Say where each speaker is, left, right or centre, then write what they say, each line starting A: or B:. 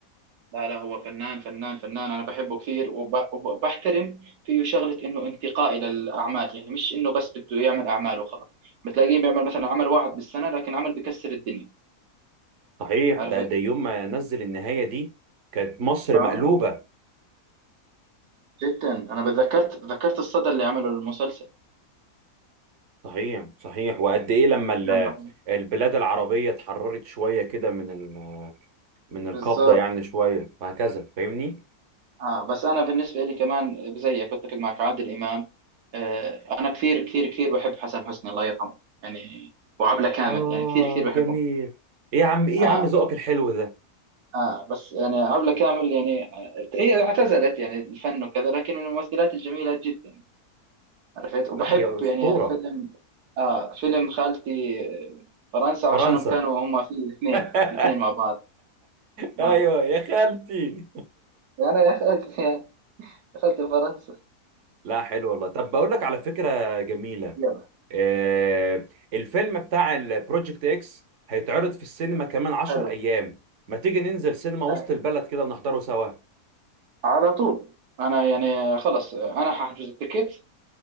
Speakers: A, on the right (about 85°); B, on the right (about 55°).
A: لا لا هو فنان فنان فنان انا بحبه كثير وب- وبحترم فيه شغله انه انتقائي للاعمال يعني مش انه بس بده يعمل اعمال وخلاص بتلاقيه بيعمل مثلا عمل واحد بالسنه لكن عمل بكسر الدنيا
B: صحيح
A: عرفت؟
B: ده ده يوم ما نزل النهاية دي كانت مصر
A: اه
B: مقلوبة
A: جدا انا بتذكرت ذكرت الصدى اللي عمله المسلسل
B: صحيح صحيح وقد ايه لما ال-
A: كان رهيب.
B: البلاد العربية اتحررت شوية كده من ال- من القبضة
A: بالظبط
B: يعني شوية وهكذا فاهمني؟
A: آه بس انا بالنسبه لي كمان زيك بتفق معك عادل امام آه انا كثير كثير كثير بحب حسن حسني الله يرحمه يعني وعبله كامل
B: آه
A: يعني كثير كثير بحبهم
B: جميل ايه يا عم ايه يا
A: اه
B: عم ذوقك الحلو ده؟
A: اه بس يعني عبله كامل يعني آه، هي اعتزلت يعني الفن وكذا لكن من الممثلات الجميله جدا عرفت وبحب
B: لا هي أسطورة
A: يعني فيلم اه فيلم خالتي آه، فرنسا عشانهم
B: فرنسا
A: كانوا هم فيه الاثنين
B: <laughs>
A: الاثنين مع بعض
B: ايوه
A: آه
B: يا خالتي
A: انا يا اخي دخلت فرنسا
B: لا حلو والله طب بقول لك على فكره جميله
A: يلا
B: آه الفيلم بتاع البروجكت اكس هيتعرض في السينما كمان 10
A: حلو
B: ايام ما تيجي ننزل سينما
A: ها،
B: وسط البلد كده ونحضره سوا
A: على طول انا يعني خلص انا هحجز التيكت